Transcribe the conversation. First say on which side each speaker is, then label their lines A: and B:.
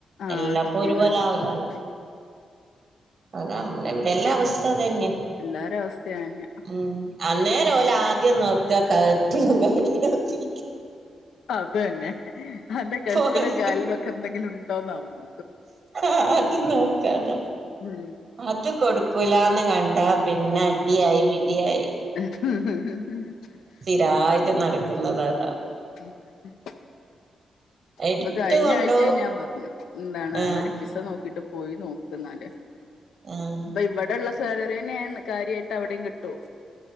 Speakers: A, on the left (about 80°); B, on the right (about 60°).
A: ആഹ്
B: എല്ലാപ്പം
A: കിട്ടിയെന്ന്
B: ഒരുപോലെ
A: വരൂല
B: ആവില്ലാല്ലോ.
A: ആഹ്
B: അത് നമ്മുടെ ഇവിടെ എല്ലാ അവസ്ഥ അതന്നെ.
A: എല്ലാരിം അവസ്ഥ അയന്നെ.
B: ഉം അന്നേര പോലെ ആദ്യം നോക്ക കട്ടിലും കൈ നോക്കി
A: അത് തന്നെ അന്റെ കഴുത്തില
B: പോരും
A: കാലിലൊക്കെ എന്തെങ്കിലും ഉണ്ടോന്നാവുന്നു
B: ആഹ് അദ്യം നോക്കാത
A: ഉം
B: അത് കൊടുക്കൂലന്ന് കണ്ട പിന്നെ അടിയായി വിടിയായി
A: <unintelligible>
B: തായിട്ട് നടക്കുന്നത് അതാ
A: ഉം <unintelligible>
B: എടുത്ത്
A: ഇപ്പൊ കഴിഞ്ഞ
B: കൊണ്ടോവും
A: ആഴ്ച ഞാൻ പറഞ്ഞു എന്താണ്
B: ആഹ്
A: ഒരു വിസ നോക്കി ട്ട് പോയി നോക്ക് ന്നാല്
B: ആഹ്
A: അപ്പൊ ഇവിടെള്ള സാലറി തന്നെയാണ് കാര്യമായിട്ട് അവിടെയും കിട്ടുവ